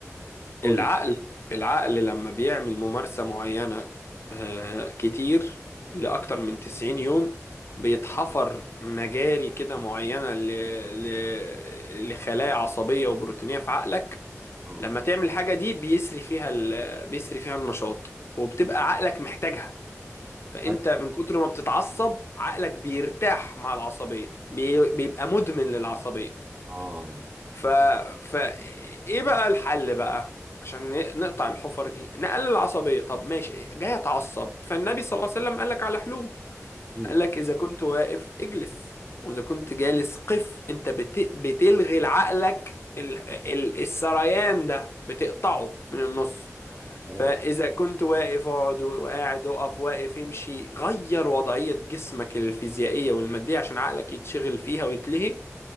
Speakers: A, on the right; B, on the left.
A: قول
B: العقل
A: لي
B: العقل لما بيعمل ممارسة معينة آه، كتير لأكتر من 90 يوم بيتحفر مجاري كده معينة ل... ل... لخلايا عصبية وبروتينية في عقلك
A: اه
B: لما تعمل حاجة دي بيسري فيها ال... بيسري فيها النشاط وبتبقى عقلك محتاجها فأنت
A: أي-
B: من كتر ما بتتعصب عقلك بيرتاح مع العصبية بي... بيبقى مدمن للعصبية
A: اه
B: ف... ف ايه بقى الحل بقى عشان ن- نقطع الحفر دي نقلل العصبية طب ماشي جاي اتعصب فالنبي صلى الله عليه وسلم قال لك على حلول
A: امم
B: قال لك اذا كنت واقف اجلس واذا كنت جالس قف انت بت... بتلغي لعقلك ال... ال... السريان ده بتقطعه من النص
A: تمام
B: فاذا كنت واقف اقعد وقاعد اقف واقف امشي غير وضعية جسمك الفيزيائية والمادية عشان عقلك يتشغل فيها ويتلهي